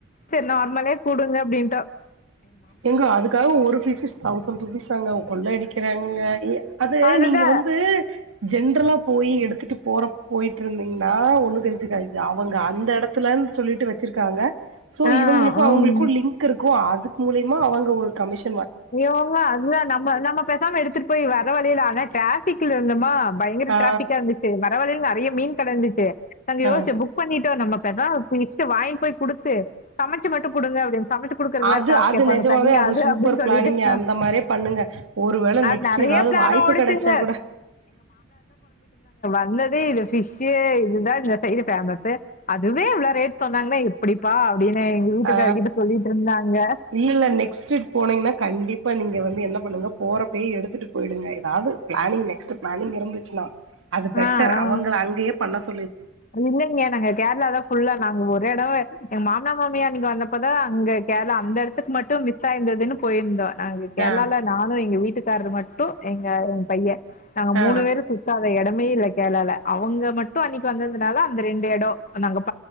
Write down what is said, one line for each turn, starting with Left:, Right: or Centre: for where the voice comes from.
Left: செரி நார்மலே குடுங்க அப்படின்ட்டோம்
Right: ஏங்க அதுக்காக ஒரு பீஸ்சஸ் தௌசண்ட் ரூப்பீசாங்க கொள்ளையடிக்குறாங்கங்க அது
Left: அதுதா
Right: நீங்க வந்து ஜென்றளா போய் எடுத்துட்டுப் போற போயிட்டு இருந்தீங்கன்னா ஒண்ணு தெரிஞ்சுக்காது அவங்க அந்த எடத்துலன்னுச் சொல்லிட்டு வெச்சிருக்காங்க சோ
Left: ஆ
Right: இவங்களுக்கும்
Left: ஆமா
Right: அவங்களுக்கும் லிங்க் இருக்கும் அத் மூலையமா அவங்க ஒரு கமிஷ்
Left: இவுங்க அந்த நம்ம நம்ம பேசாம எடுத் துட்டு போய் வர வழியில ஆன ட்ராபிக்ல இருந்தோமா பயங்கர
Right: ஆ
Left: டிராபிக்கா இருந்துச்சி வரவழில நெறைய மீன் கட இருந்துச்சி தங்கயோச்ச
Right: ஆ
Left: புக் பண்ணி <unintelligible> வாங்கி போய் கொடுத்து சமைச்சு மட்டு கொடுங்க அப்படின்னு சமைச்சி குடுக்குறதுக்கு
Right: அது
Left: வேற காசு
Right: அது
Left: கேப்பாங்க
Right: நெஜமாவே
Left: தனியா அது
Right: சூப்பர்
Left: அப்படின்னு சொல்லிட்டு
Right: பிளானிங்க அந்த மாதிரியே பண்ணுங்க ஒருவேள
Left: அது
Right: நெக்ஸ்ட்
Left: நெறைய
Right: ஏதாவது
Left: பிளான்
Right: வாய்ப்பு
Left: ஓடுச்சுங்க
Right: கிடைச்சா கூட
Left: அந்ததே இது பிஷு இதுதா இந்த சைடு ஃபேமசு அதுவே இவ்வள ரேட் சொன்னாங்கன்னா எப்படிப்பா ப்படின்னு எங்க வீட்டுக்கார்கிட்ட
Right: ஆ
Left: சொல்லிட்டு இருந்தாங்க
Right: இல்ல இல்ல நெக்ஸ்ட் ட்ரிப் போனீங்கன்னா கண்டிப்பா நீங்க வந்து என்ன பண்ணனு போற அப்பயே எடுத்துட்டு போயிடுங்க ஏதாவது பிளானிங் நெக்ஸ்ட் பிளானிங் இருந்துச்சுன்னா அது பெட்டர்
Left: ஆ ஆ
Right: அவங்கள அங்கயே பண்ண சொ
Left: இல்லைங்க நாங்க கேரளா தா ஃபுல்லா நாங்க ஒரு இடமா எ மாமான மாமியா அங்க வந்தப்பதா அங்க கேரளா அந்த இடத்துக்கு மட்டும் மிஸ் ஆயிருந்ததுன்னு போயிருந்தோ நாங்க கேரளால
Right: ஆ
Left: நானு எங்க வீட் ட்டுக்காரரு மட்டு எங்க என் பையன் நாங்க
Right: ஆ
Left: மூணு பேரு சுத்தாத இடமே இல்ல கேரளால அவங்க மட்டு அன்னைக் வந்ததுனால அந்த ரெண்டு எடோ நாங்கப்